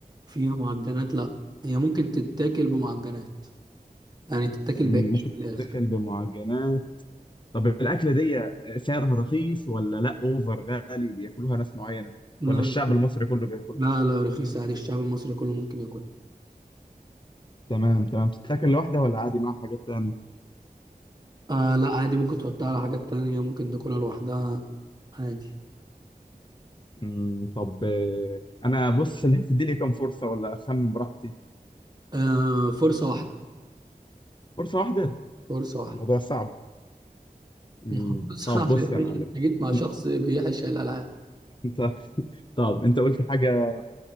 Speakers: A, on the right; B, on the left.
A: فيها معجنات لا هي ممكن تتاكل بمعجنات يعني تتاكل
B: مم،
A: بعيش
B: ممكن
A: في
B: تتاكل
A: الآخر
B: بمعجنات طب الأكلة دي سعرها رخيص ولا لا أوفر غالي بياكلوها ناس معينة
A: لا
B: ولا الشعب
A: رخيص.
B: المصري كله بياكلها
A: لا لا رخيص عادي الشعب المصري كله ممكن ياكلها
B: تمام تمام بتتاكل لوحدها ولا عادي معاها حاجات تانية
A: آه لا عادي ممكن تحطها على حاجات تانية ممكن تاكلها لوحدها عادي
B: امم طب آه، انا بص اللي هتدي لي كام فرصه ولا اخمن براحتي
A: آه فرصة واحدة
B: فرصه واحده
A: فرصة واحدة
B: ده الموضوع صعب
A: <laughs>
B: امم
A: ما هو صعب
B: طب بص
A: يا باشا
B: يا معلم
A: انت جيت مع
B: إحنا-
A: شخص بيعشق الألعاب
B: انت طب انت قلت حاجه